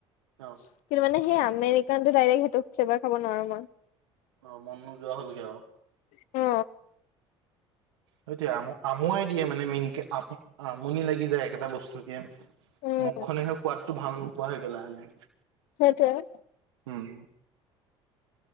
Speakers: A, on the right; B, on the left.
A: অ
B: কিন্তু মানে সেই আমে ডাইৰেক্ট সেইটো ফ্লেভাৰ খাব নোৱাৰো মই।
A: অ মন নোযোৱা হ'লগে আৰু।
B: অ।
A: সেইটো আম-আমুৱাই দিয়ে মানে মেইনকে, আ-আমনি লাগি যায় একেটা বস্তুকে
B: উম,
A: মুখ খনেহ সোৱাদটো ভাল নোপোৱা হয় গে লাহে লাহে।
B: সেইটোৱে।
A: উম।